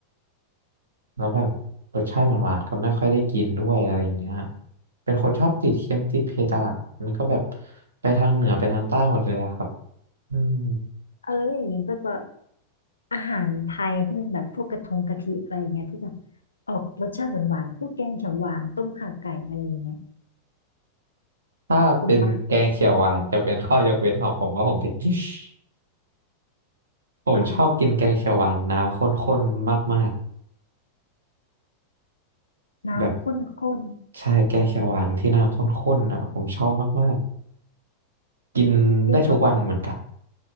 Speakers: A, on the right (about 70°); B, on the left (about 75°).
A: แล้วแบบรสชาติหวานๆก็ไม่ค่อยได้กินด้วยอะไรเงี้ยเป็นคนชอบติดเค็มติดเผ็ดอ่ะมันก็แบบไปทางเหนือไปทางใต้หมดเลยอะครับอืม
B: อะไรอย่างนงี้ก็จะอาหารไทยที่เป็นแบบพวกกระทงกะทิอะไรอย่างเงี้ยที่แบบออกรสชาติหวานๆพวกแกงเขียวหวานต้มข่าไก่อะไรอย่างเงี้ย
A: ถ้าเป็นแกงเขียวหวานจะเป็นข้อยกเว้นของผมว่าผมจะกิน
B: กินปะ
A: <laughs> ผมชอบกินแกงเขียวหวานน้ำข้นๆมาก
B: อ้าว
A: ๆแบบ
B: น้ำข้น
A: ใช่แกงเขียวหวานที่น้ำข้นๆอ่ะผมชอบมากๆกินได้ทุกวันเหมือนกัน
B: ๆกินกับ